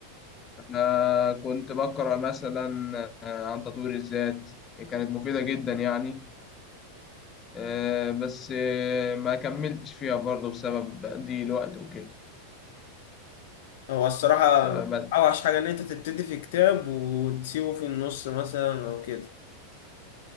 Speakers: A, on the left; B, on the left.
A: انا كنت بقرا مثلا آه، عن تطوير الذات كانت مفيده جدا يعني آه، بس آه، ما كملتش فيها برضه بسبب ضيق الوقت وكده
B: هو الصراحة
A: فما
B: أوحش حاجة إن أنت تبتدي في كتاب وتسيبه في النص مثلا أو كده